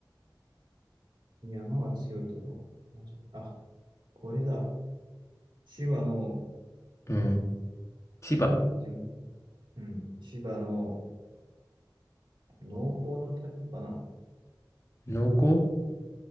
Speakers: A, on the right (about 80°); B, on the left (about 40°).
A: いや、山が強いと思う。マジで。あ、これだ。千葉の、
B: うん。千葉。
A: なんていうのうん。千葉の濃厚の滝かな。
B: 農耕